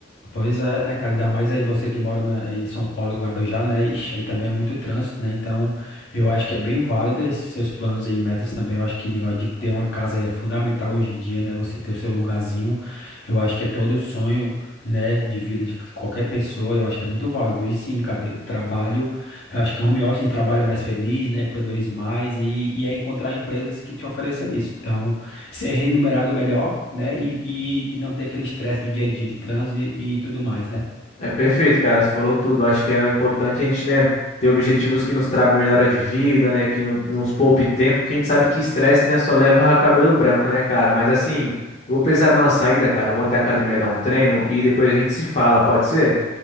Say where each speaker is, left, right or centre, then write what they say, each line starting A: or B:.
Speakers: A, on the left (about 65°); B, on the left (about 35°).
A: Pois é, né, cara? Ainda mais aí você que mora na- em São Paulo, Guarujá, né? Ixi, aí também é muito trânsito, né? Então, eu acho que é bem válido esses seus planos aí, metas também. Eu acho que o negócio de ter uma casa é fundamental hoje em dia, né? Você ter o seu lugarzinho. Eu acho que é todo o sonho, né, de vida de qualquer pessoa. Eu acho que é muito válido. E sim, cara, eu trabalho. Eu acho que home office trabalha mais feliz, né? Produz mais e, e é encontrar empresas que te ofereçam isso. Então ser remunerado melhor, né? E, e, e não ter aquele estresse do dia a dia de transe e tudo mais, né?
B: É perfeito, cara. Você falou tudo. Acho que é importante a gente, né, ter objetivos que nos tragam melhora de vida, né, que no- nos poupe tempo, porque a gente sabe que estresse, né, só leva a cabelo branco, né, cara? Mas assim, vou precisar de uma saída, cara. Eu Vou até a academia dar um treino e depois a gente se fala, pode ser?